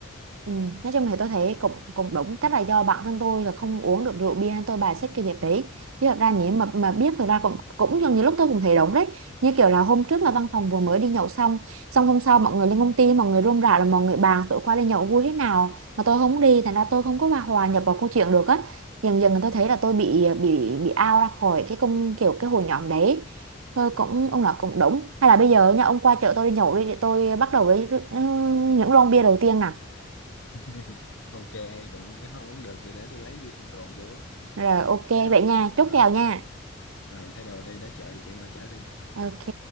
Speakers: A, on the right (about 75°); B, on the left (about 70°).
A: Ừ, nói chung thì tôi thấy cũng cũng đúng chắc là do bản thân tôi là không uống được rượu bia nên tôi bài xích cái việc đấy chứ thật ra nếu
B: ừ.
A: mà mà biết thật ra cũng cũng như, như lúc tôi cũng thấy đúng đấy như kiểu là hôm trước là văn phòng vừa mới đi nhậu xong xong hôm sau mọi người lên công ty mọi người rôm rả rồi mọi người bàn tụi qua đi nhậu vui thế nào mà tôi không đi thành ra tôi không có hòa hòa nhập vào câu chuyện được á dần dần tôi thấy là tôi bị bị bị out ra khỏi cái công kiểu cái hội nhóm đấy Thôi cũng ông là cũng
B: Ừ.
A: đúng hay là bây giờ nha ông qua chợ tôi đi nhậu đi để tôi bắt đầu với ừ, những lon bia đầu tiên nè
B: <laughs> ok còn cái không uống được thì để tôi lấy bia không còn chỗ ok
A: Rồi ok
B: không
A: vậy nha,
B: rồi
A: chúc kèo nha.
B: rồi thay đồ đây để chợ thì chạy qua chở đi
A: Ok.